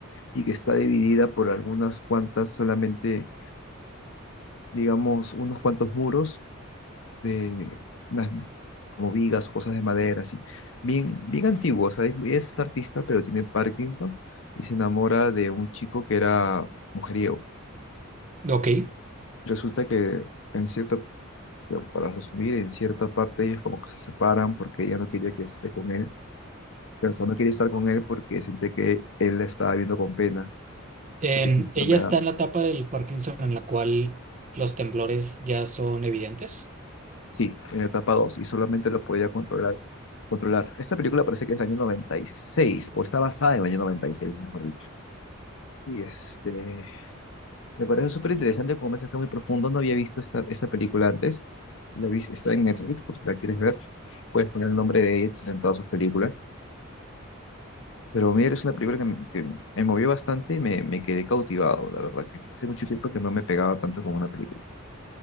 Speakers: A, on the left; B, on the right.
A: y que está dividida por algunas cuantas, solamente, digamos, unos cuantos muros de unas como vigas o cosas de madera, así. Bien, bien antiguo, o sea, es, es un artista, pero tiene Parkinson ¿no? y se enamora de un chico que era mujeriego.
B: Ok.
A: Resulta que en cierta, ya, para resumir, en cierta parte ellos como que se separan porque ella no quería que esté con él, pero o sea, no quería estar con él porque sentía que él la estaba viendo con pena,
B: En-
A: porque es una enfermedad.
B: ella está en la etapa del Parkinson en la cual los temblores ya son evidentes.
A: Sí, en la etapa 2 y solamente lo podía controlar. Controlar. Esta película parece que es del año 96 o está basada en el año 96 mejor dicho. Y este, me parece súper interesante como un mensaje muy profundo. No había visto esta, esta película antes. La vi, está en Netflix, por si la quieres ver. Puedes poner el nombre de Eds en todas sus películas. Pero mira, es una película que me, que me movió bastante y me, me quedé cautivado, la verdad, que hace mucho tiempo que no me pegaba tanto con una película.